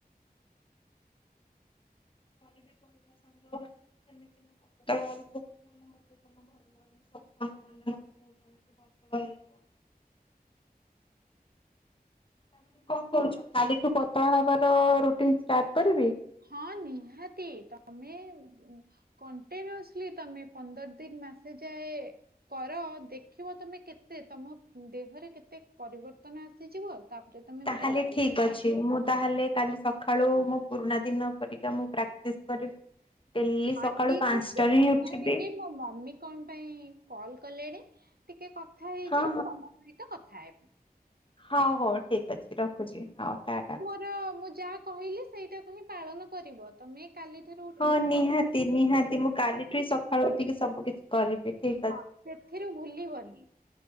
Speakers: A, on the left; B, on the right.
A: କରିବି କହିଲ ସାଙ୍ଗ ହେମିତି ମୋ <unintelligible> ବୋହୁତ ମାନେ ମତେ ଯମା ଭଲ ଲାଗୁନି। ସବୁ ସାଙ୍ଗମାନେ ମତେ କୋହୁଚନ୍ତି ତୁ ପତଳା ହେଇଯା। ତା ମାନେ କଣ କହୁଚ କାଲିଠୁ ପତଳା ହବାର ରୁଟିନି ଷ୍ଟାର୍ଟ କରିବି?
B: ହଁ ନିହାତି ତମେ ଉଁ କଣ୍ଟିନ୍ୟୁସଲି ତମେ ପନ୍ଦର ଦିନ ମାସେ ଯାଏ କର ଦେ ଦେଖିବ ତମେ କେତେ ତମ ଦେହରେ କେତେ ପରିବର୍ତ୍ତନ ଆସିଯିବ ତାପରେ ତମେ
A: ତାହେଲେ
B: ମତେ କହିବ।
A: ଠିକ୍ ଅଛି। ମୁଁ ତାହେଲେ କାଲି ସଖାଳୁ ମୁଁ ପୁରୁଣା ଦିନ ପରିକା ମୁଁ ପ୍ରାଟିଶ୍ କରିବି। ଡେଲି ସକାଳୁ
B: ଆଜି
A: ପାଞ୍ଚଟାରେ
B: କିଛି
A: ହିଁ
B: ଶୁଣ
A: ଉଠିବି।
B: ଟିକେ ମୋ ମମି କଣ ପାଇଁ କଲ୍ କଲେଣି ଟିକେ କଥା ହେଇଯାଏ
A: ହଁ
B: ତମ ସହିତ କଥା ହେବି।
A: ହୋଉ ହେଉ ଠିକ ଅଛି ରଖୁଚି ହୋଉ ଟାଟା।
B: ର ମୁଁ ଯାହା କହିଲି ସେଇଟାକୁ ହିଁ ପାଳନ କରିବ ତମେ କାଲିଠାରୁ ଉଠ୍
A: ହଁ ନିହାତି ନିହାତି ମୁଁ କାଲିଠୁ ହି ସକାଳୁ ଉଠିକି ସବୁ କିଛି କରିବି ଠିକ ଅ
B: ହଁ ସେଥିରୁ ଭୁଲିବନି।